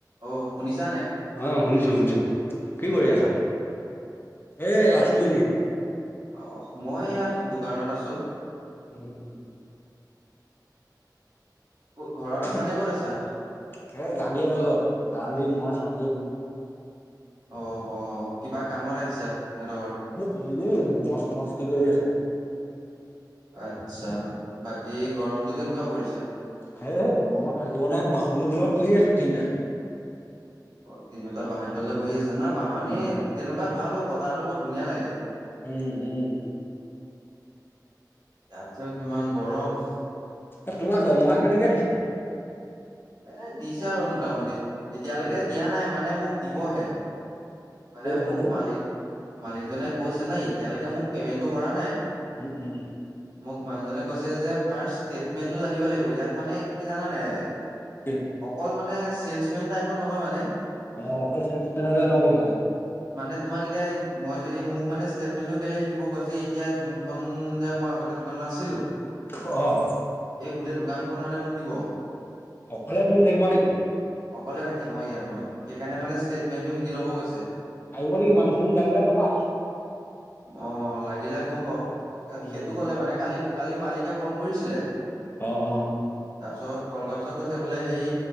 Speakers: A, on the right; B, on the left.
A: অ শুনিছা নাই
B: আহ শুনিছো শুনিছো। কি কৰি আছা? এ আছো ইনে
A: অ' মই এয়া দোকানত আছো।
B: হৈনা
A: ক- ঘৰত আছা
B: এ
A: নে ক'ত আছা
B: গান্ধীহঁতৰ ঘৰত। গান্ধী মই সঞ্জীৱ।
A: অ' অ' কিবা কামত আহিছা। সিহঁতৰ ঘৰত
B: এইনে মছ মস্তিক কৰি আছো।
A: আত্ছা বাকী গৰমতটো কেনেকুৱা পৰিছে।
B: হে গৰমত থাকিব নাই বাঁহনিৰ তলত বহি আছো তিনটা।
A: অ তিনিওটা বাহনী বহি আছে না বাহনী
B: উম
A: তেনেকুৱাত ভাল হ বতাহটো বহুত ধুনীয়া লাগে।
B: উম উম।
A: তাত কিমান গৰম
B: এ তোমাৰ দৰমহা কেনেকে দিছে?
A: এ দিছে আৰু মোটামুটি এতিয়ালৈকে
B: হলো
A: দিয়া নাই। মানে মোক দিবহে। মানে মোক
B: হলো
A: মালিক মালিকজনে কৈছে নাই এতিয়ালৈকে মোক পেমেন্টটো কৰা নাই।
B: উম উম
A: মোক মানুহজনে কৈছে যে ফাষ্ট তিপমেন্ত টো জানিব লাগিব। ইয়াত মানে কি জানা নাই।
B: কি
A: অকল মানে চেলমেন টাইপত নহয় মানে।
B: অ অকল চেলচমেন হলে
A: তম
B: নহব মানে
A: মানে তোমাৰ কেতিয়া? মই যদি মোক মানে ষ্টেটমেন্টটো কেলে শিকিব কৈছে। এতিয়া যোনখন যে মই আগতে দোকানত আছিলো।
B: অ' অ'
A: এই গোটেই দোকানখন মানে মোক দিব।
B: অকলে তুমি থাকিবা নেকি?
A: অকলে থাকিম অ' ইয়াত মই সেইকাৰণে মানে ষ্টেটমেণ্টটো শিকি ল'ব গৈছে।
B: লাগিব নেকি মানু চান লাগিলা কবা।
A: অ লাগিলে ক'ম বাৰু
B: উম
A: সেইটো ক'লে মানে কি কালি মালিকে কল কৰিছিলে।
B: অ' অ'
A: তাৰ পিছত কল গামোচাত। কৈছে বোলে। সেই